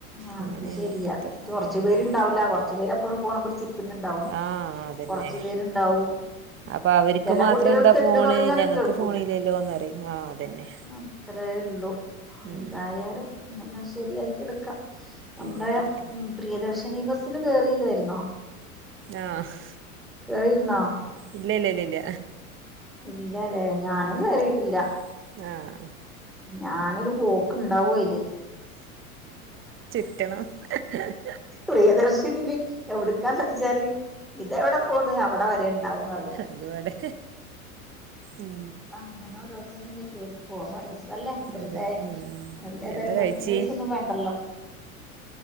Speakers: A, in the centre; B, on the right.
A: അത്
B: അങ്ങനെയാണ്
A: ശരിയാ
B: ഇപ്പത്തെ
A: കൊറച്ചു
B: ഉം
A: പേര്ണ്ടാവൂല്ല കൊർച്ച് പേരപ്പഴും ഫോണ് പിടിച്ചി ക്കുന്നുണ്ടാവും
B: ആഹ് അതന്നെ
A: കൊർച്ച് പേര്ണ്ടാവും.
B: അപ്പൊ അവർക്ക്
A: ചെല
B: മാത്രം
A: കുട്ടികൾക്ക്
B: എന്താ ഫോണ്
A: എന്ത് പറഞ്ഞാലും
B: ഞങ്ങക്ക്
A: കേ ക്കുല,
B: ഫോണില്ലല്ലോന്ന് പറയും ആഹ് അതന്നെ
A: അത്രേ ള്ളു
B: ഉം
A: ന്തായാലും. പിന്നെല്ലാം ശരിയാക്കി എട്ക്കാം
B: ശരിയാക്കി
A: നമ്ടേ,
B: എടുക്കണം
A: പ്രിയദർശിനി ബസ്സില് കേറിയില്ലേര്ന്നോ?
B: ആഹ്
A: കേറിയിരുന്നോ
B: ഇല്ല ഇല്ല ഇല്ല ഇല്ല
A: ഇല്ല വേ ഞാനും
B: ഇല്ല
A: കേറിട്ടില്ല.
B: ആഹ്.
A: ഞാനൊരു പോക്ക്ണ്ടാവു അയില്
B: ട്ടണം <inaudible>
A: പ്രിയദർശിനില് എവ്ടുക്കാന്ന് വെച്ചാല് ഇതെവിടെ പോണ്. അവിടെ വരെ ണ്ടാവും ന്നറിയാ...
B: അത് വ്ടെ ഉം
A: ങ്ങനെ ഓരോര് തിന്ന്ള്ളീ കേറി പോവാരസ. അല്ലേ, വെറുതെ
B: അതെ ഉം
A: വെറുതെതായാലും
B: എന്താ കഴിച്ച്
A: ബസ്സിന് പൈസൊന്നും വേണ്ടല്ലോ?